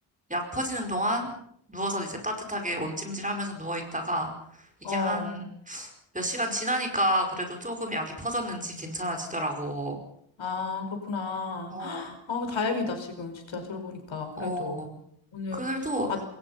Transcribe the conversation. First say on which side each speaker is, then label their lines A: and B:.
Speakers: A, on the right (about 15°); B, on the left (about 70°).
A: 약 퍼지는 동안 누워서 이제 따뜻하게 온찜질 하면서 누워 있다가 이게
B: 어.
A: 한 몇 시간 지나니까 그래도 조금 약이 퍼졌는지 괜찮아지더라고.
B: 아, 그렇구나.
A: 어,
B: 아, 다행이다, 지금. 진짜 들어보니까. 그래도.
A: 어.
B: 오늘,
A: 그래도
B: 아,